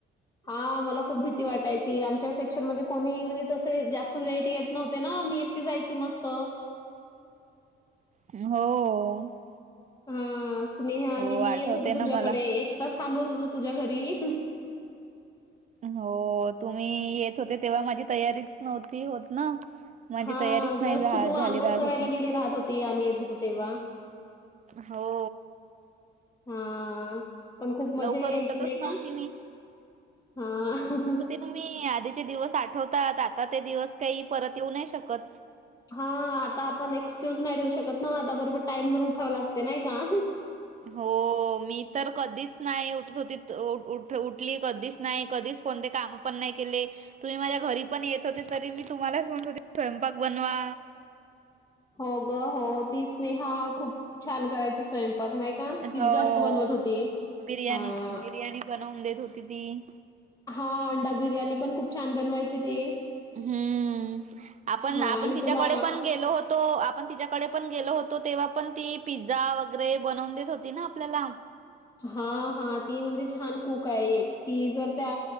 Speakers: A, on the left; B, on the right.
A: हा मला खूप भी ती वाटायची आमच्या सेक्शन मध्ये कोणी म्हणजे तस जास्त लेट येत नव्हते ना मी एकटी जायची मस्त.
B: हो.
A: हां, स्नेहा
B: हो
A: आणि मी
B: आठवते
A: येत होतो
B: ना
A: तुझ्याकडे
B: मला.
A: एक तास थांबत होतो तुझ्या घरी.
B: हो तुम्ही येत होते तेव्हा माझी तयारीच नव्हती होत ना. माझी
A: हा
B: तयारीच नाही
A: जस्ट
B: झा
A: तू
B: झाली
A: आंघोळ
B: राहत
A: करायला
B: होती.
A: गेली राहत होती आम्ही येत होतो तेव्हा.
B: हो.
A: हा पण खूप मजा
B: लवकर
A: यायची
B: उठतच
A: नाय
B: नव्हती
A: का
B: मी.
A: हा.
B: तुम्ही आधीचे दिवस आठवतात आता ते दिवस काही परत येऊ नाय शकत.
A: हा आता आपण एक्सक्यूज नाय देऊ शकत ना आता बरोबर टाइम वर उठावं लागते नाय का.
B: हो मी तर कधीच नाही उठत होती उठली कधीच नाय कधीच कोणते काम पण नाही केले. तुम्ही माझ्या घरी पण येत होते, तरी मी तुम्हालाच म्हणत होते स्वयंपाक बनवा.
A: हो ग होत ती स्नेहा खूप छान करायची स्वयंपाक नाही का? ती
B: हो.
A: जास्त बनवत होती.
B: बिर्याणी
A: हां.
B: बीर बनवून देत होती ती.
A: हा अंडा बिर्याणी पण, खूप छान बनवायची ती.
B: हुंअ आपण
A: हां
B: आपण
A: आणि
B: तिच्याकडे
A: तुला
B: पण गेलो हो तो. आपण तिच्याकडे पण गेलो होतो, तेव्हा पण ती पिझ्झा वगैरे बनवून देत होती ना, आपल्याला.
A: हा हा. ती म्हणजे छान कूक हाये एक, ती जर त्या